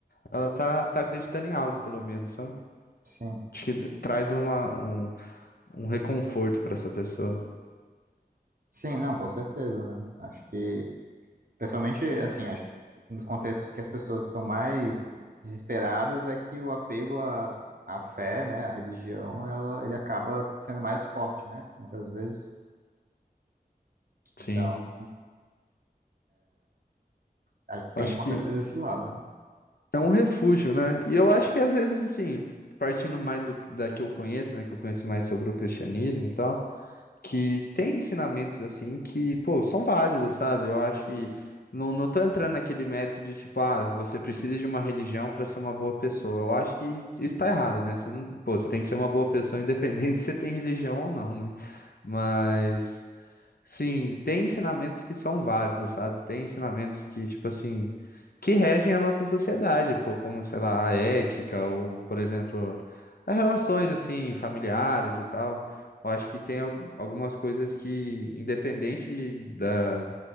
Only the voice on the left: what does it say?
ela tá, tá acreditando em algo, pelo menos, sabe?
Acho que d- traz uma, um, um reconforto pra essa pessoa.
Sim.
Acho
que
é um refúgio, né? E eu acho que às vezes, assim, partindo mais do, da que eu conheço, né? Que eu conheço mais sobre o cristianismo e tal. que tem ensinamentos assim que, pô, são válidos, sabe? Eu acho que não, não tô entrando naquele método de tipo, ah, você precisa de uma religião para ser uma boa pessoa. Eu acho que isso tá errado, né? Você não, pô, você tem que ser uma boa pessoa independente <laughs> se você tem religião ou não, né? Mas Sim, tem ensinamentos que são válidos, sabe? Tem ensinamentos que, tipo assim, que regem a nossa sociedade, pô, como, sei lá, a ética, ou, por exemplo, as relações, assim, familiares e tal. Eu acho que tem al- algumas coisas que, independente de- da,